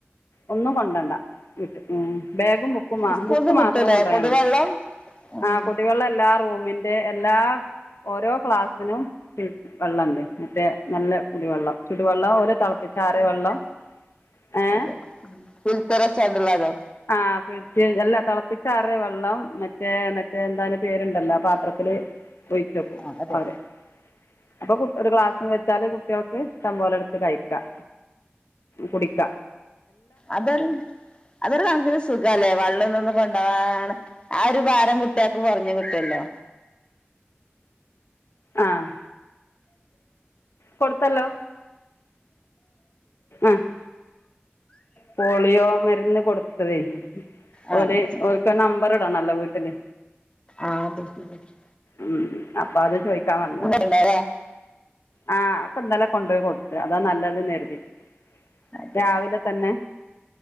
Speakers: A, on the left (about 85°); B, on the left (about 25°).
A: ഒന്നും കൊണ്ടവണ്ട വിട്ട് ഉം ബാഗും ബുക്കും
B: സ്കൂളിൽ
A: ബുക്ക്
B: കിട്ടൂലേ
A: മാത്രം കൊണ്ടയാൽ
B: കുടിവെള്ളം
A: മതി
B: ഉം
A: ആഹ് കുടിവെള്ള എല്ലാ റൂമിന്റെ എല്ലാ ഓരോ ക്ലാസ്സിനും വെള്ളണ്ട് മറ്റേ നല്ല കുടിവെള്ളം ചുടുവെള്ളം ഓലെ തളപ്പിച്ച് ആറിയ വെള്ളം ഏ
B: അതെ ഉം ഫിൽറ്ററചാണ്ട്ള്ളതോ
A: ആഹ് ഫ്രിഡ്ജ് അല്ല തിളപ്പിച്ചാറ വെള്ളം മറ്റേ മറ്റേ എന്താണ് പേരുണ്ടല്ലോ പാത്രത്തില് ഒഴിച്ചക്കും
B: ആ അതെ
A: ആരെ അപ്പൊ കു ഒരു ഗ്ലാസും വെച്ചാല് കുട്ട്യൾക്ക് ഷ്ടമ്പോലം എടുത്ത് കഴിക്കാം കുടിക്ക
B: അതൊരു അതൊരു കണക്കിന് സുഖാല്ലേ വെള്ളംതൊന്നും കൊണ്ടവാതെ ആ ഒരു ഭാരം കുട്ട്യേക്ക് കുറഞ്ഞു കിട്ടുല്ലോ
A: ആഹ് കൊടുത്തല്ലോ ആ പോളിയോ മരുന്ന് കൊടുത്തതേ
B: ആ
A: ഓര്
B: അതെ
A: ഓൽക്ക നമ്പർ ഇടണല്ലോ വീട്ടില്
B: ആഹ് ബക്കി ബക്കി
A: ഉം അപ്പൊ അത് ചോയ്ക്കാൻ വന്നാ
B: ഉണ്ടാല
A: ആഹ് ഒക്കെന്നലെ കൊണ്ടൊയി കൊട്ത്ത് അതാ നല്ലത് നേരുതിയിട്ട്
B: അതെ
A: രാവിലെ തന്നെ